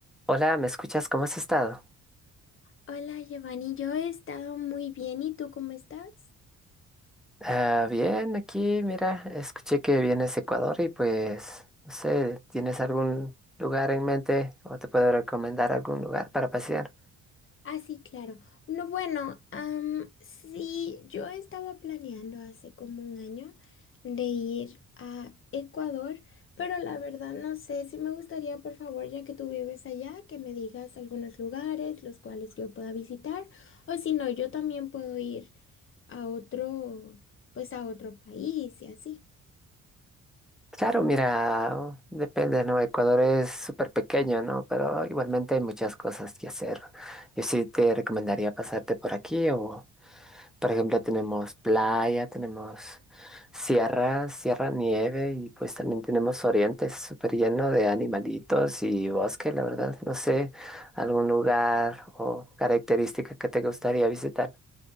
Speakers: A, in the centre; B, on the left.
A: Hola, ¿me escuchas? ¿Cómo has estado?
B: Hola Giovanni, yo he estado muy bien. ¿Y tú cómo estás?
A: Ah, bien, aquí, mira, escuché que vienes de Ecuador y pues, no sé, ¿tienes algún lugar en mente o te puedo recomendar algún lugar para pasear?
B: Ah, sí, claro. No, bueno, am, sí, yo estaba planeando hace como un año de ir a Ecuador, pero la verdad no sé si me gustaría, por favor, ya que tú vives allá, que me digas algunos lugares los cuales yo pueda visitar, o si no, yo también puedo ir a otro, pues a otro país y así.
A: Claro, mira, depende, ¿no? Ecuador es súper pequeño, ¿no? Pero igualmente hay muchas cosas que hacer. Yo sí te recomendaría pasarte por aquí o Por ejemplo, tenemos playa, tenemos sierra, sierra nieve y pues también tenemos oriente, es súper lleno de animalitos y bosque, la verdad. No sé, algún lugar o característica que te gustaría visitar.